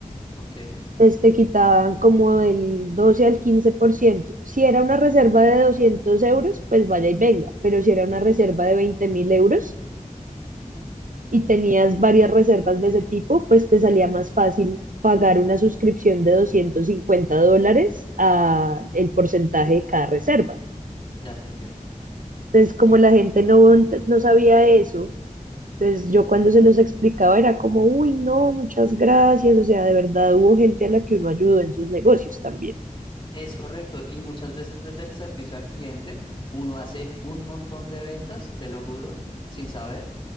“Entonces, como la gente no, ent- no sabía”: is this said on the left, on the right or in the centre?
Right